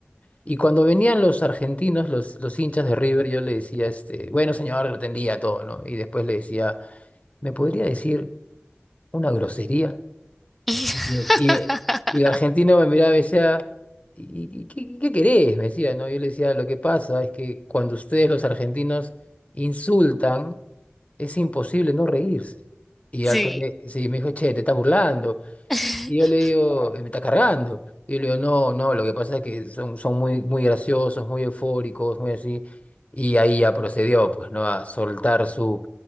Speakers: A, on the left (about 35°); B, in the centre.
A: Y cuando venían los argentinos, los, los hinchas de River, yo le decía, este, bueno, señor, lo atendía todo, ¿no? Y después le decía, ¿me podría decir una grosería?
B: <laughs>
A: Y, y- y el argentino me miraba y me decía, ¿y, y qué, qué querés? Me decía, ¿no? Yo le decía, lo que pasa es que cuando ustedes los argentinos insultan, es imposible no reírse. Y
B: Sí,
A: al toque, sí, me dijo, che, te estás burlando.
B: <laughs>
A: Y yo le digo, "Eh, me está cargando. Y yo le digo, no, no, lo que pasa es que son, son muy, muy graciosos, muy eufóricos, muy así. Y ahí ya procedió, pues, ¿no? A soltar su,